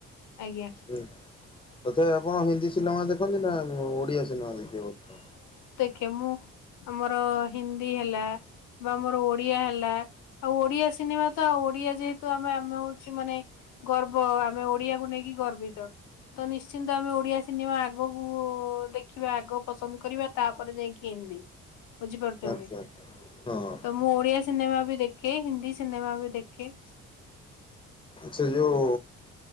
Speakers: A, on the left; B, on the left.
A: ଆଜ୍ଞା।
B: ହୁଁ। ତଥାପି ଆପଣ ହିନ୍ଦୀ ସିନେମା ଦେଖନ୍ତି ନା ଓଡିଆ ସିନେମା ଦେଖିବେ
A: କେମୁ ଆମର ହିନ୍ଦୀ ହେଲା ବା ଆମର ଓଡିଆ ହେଲା ଆଉ ଓଡିଆ ସିନେମା ତ ଆଉ ଓଡିଆ ଯେହେତୁ ଆମେ ଆମେ ହଉଛି ମାନେ ଗର୍ବ ଆମେ ଓଡିଆକୁ ନେଇକି ଗର୍ବିତ। ତ ନିଶ୍ଚିନ୍ତ ଆମେ ଓଡିଆ ସିନେମା ଆଗକୁ ଦେଖିବା ଆଗକୁ ପସନ୍ଦ କରିବା ତାପରେ ଯାଇକି ହିନ୍ଦୀ ବୁଝିପାରୁଛ। ଛନ୍ତି
B: ଆଚ୍ଛା ହଁ
A: ତ ମୁଁ ଓଡିଆ ସିନେମା ବି ଦେଖେ ହିନ୍ଦୀ ସିନେମା ବି ଦେଖେ।
B: ସେ ଯୋଉ